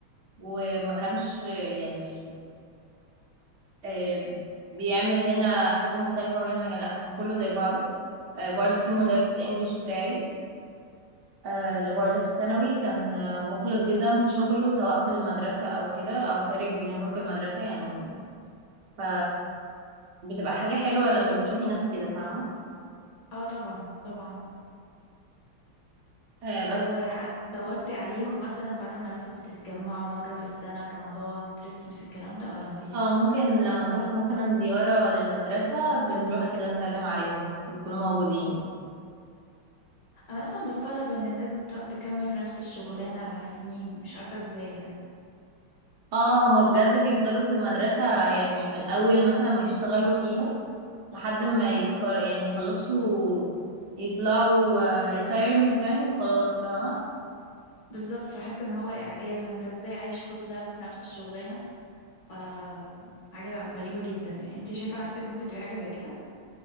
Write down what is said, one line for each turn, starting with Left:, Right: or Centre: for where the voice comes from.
Right: وما كانش آه، يعني آه بيعمل هنا حاجة مختلفة وهنا حاجة لأ كان كله زي بعضه آه برضه في مدرس
Left: امم
Right: إنجليش بتاعي آه اللي برضه في الثانوي كان آه، مخلص جدا في شغله سواء في المدرسة أو كده أو خارج نطاق المدرسة يعني ف بتبقى حاجة حلوة لما بتشوفي ناس كده فاهمة
Left: اه طبعا طبعا
Right: آه بس
Left: طب وح- دورتي
Right: <laughs>
Left: عليهم مثلا بعد ما لسه بتتجمعوا مرة في السنة في رمضان كريسمس الكلام ده ولا مفيش
Right: اه ممكن لما نروح مثلا زيارة للمدرسة بنروح كده نسلم عليهم بيكونوا موجودين
Left: انا اصلا بستغرب ان الناس دي بتقعد تكمل في نفس الشغلانة سنين مش عارفة ازاي يعني
Right: اه هما بجد بيفضلوا في المدرسة يعني من أول مثلا ما يشتغلوا فيها لحد ما يتخر يعني يخلصوا يطلعوا آه، retirement يعني وخلاص فاهمة
Left: بالظبط بحس ان هو اعجاز انت ازاي عايش كل ده في نفس الشغلانة ف حاجة غريبة جدا يعني انت شايفة نفسك ممكن تبقى حاجة زي كده